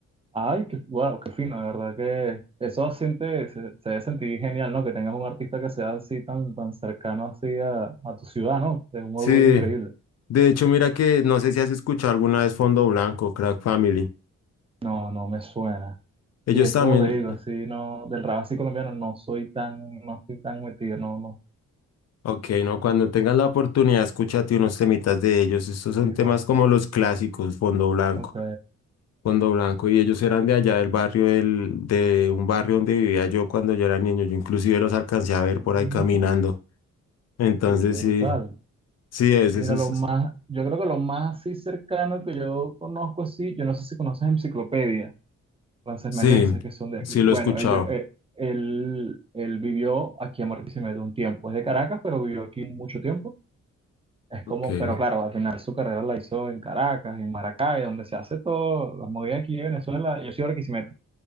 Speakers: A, on the right (about 20°); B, on the left (about 55°).
A: ay, qué, wow, qué fino, de verdad que eso siente, se, se debe sentir genial, ¿no? Que tengas un artista que sea así tan, tan cercano así a, a tu ciudad, ¿no? Es un
B: Sí,
A: orgullo increíble.
B: de hecho, mira que no sé si has escuchado alguna vez Fondo Blanco, Crack Family.
A: No, no me suena.
B: Ellos
A: Sí, es
B: también,
A: que como te digo, sí, no, del rap así colombiano no soy tan, no estoy tan metido, no, no.
B: ok, no, cuando tengas la oportunidad, escúchate unos temitas de ellos. Estos son
A: Sí,
B: temas
A: claro.
B: como los clásicos, Fondo Blanco.
A: Ok.
B: Fondo Blanco y ellos eran de allá del barrio del, de un barrio donde vivía yo cuando yo era niño. Yo inclusive los alcancé a ver
A: Ujú.
B: por ahí caminando. Entonces
A: Sí, qué
B: sí,
A: brutal.
B: sí, es
A: Mira,
B: eso. es-
A: lo más, yo creo que lo más así cercano que yo conozco así, yo no sé si conoces Enciclopedia, Frances
B: Sí,
A: Meneses, que son de aquí.
B: sí
A: Bueno,
B: lo he escuchado.
A: ellos, eh, él, él vivió aquí en Barquisimeto un tiempo, es de Caracas, pero vivió aquí mucho tiempo. Es como,
B: Ok.
A: pero claro, al final su carrera la hizo en Caracas, en Maracay, donde se hace todo, las movidas aquí de Venezuela, yo soy de Barquisimeto.